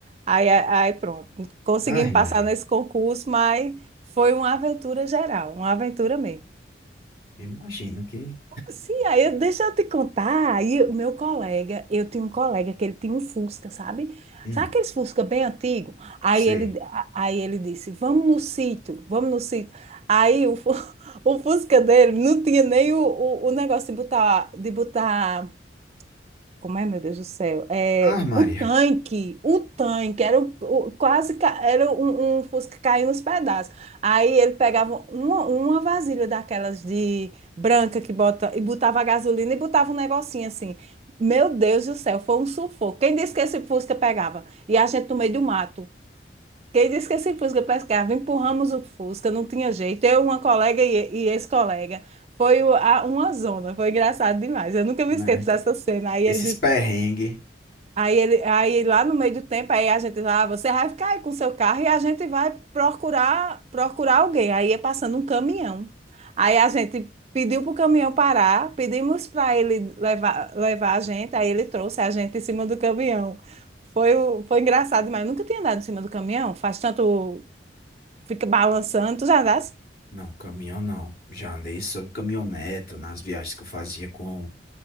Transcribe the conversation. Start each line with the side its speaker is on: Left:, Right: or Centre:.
Right: Aí, a- aí pronto, conseguimos
Left: Ai, Maria,
Right: passar nesse concurso, mas foi uma aventura geral, uma aventura mesmo.
Left: imagino que.
Right: Sim, aí eu- deixa eu te contar. Aí o meu colega, eu tinha um colega que ele tinha um Fusca, sabe?
Left: Hum,
Right: Sabe aqueles Fusca bem antigo? Aí
Left: sei.
Right: ele, a- aí ele disse: Vamos no sítio, vamos no sítio. Aí o, fu- <laughs> o Fusca dele não tinha nem o, o, o negócio de botar, de botar como é, meu Deus do céu? É,
Left: Ai, Maria,
Right: o tanque, o tanque, era o, o- quase ca- era um, um Fusca caindo nos pedaços. Aí ele pegava uma, uma vasilha daquelas de branca que bota e botava a gasolina e botava um negocinho assim. Meu Deus do céu, foi um sufoco. Quem disse que esse Fusca pegava? E a gente no meio do mato. Quem disse que esse Fusca pescava? Empurramos o Fusca, não tinha jeito. Eu, uma colega e, e esse colega. Foi o- a- uma zona, foi engraçado demais. Eu nunca me
Left: né?
Right: esqueço dessa cena. Aí
Left: Esses
Right: ele
Left: perrengues.
Right: Aí, ele, aí lá no meio do tempo, aí a gente lá, você vai ficar aí com seu carro e a gente vai procurar procurar alguém. Aí é passando um caminhão. Aí a gente pediu para o caminhão parar, pedimos para ele levar, levar a gente, aí ele trouxe a gente em cima do caminhão. Foi, o- foi engraçado demais. Nunca tinha andado em cima do caminhão, faz tanto, fica balançando, tu já andasse?
Left: Não, caminhão não. Já andei sobre caminhoneta nas viagens que eu fazia com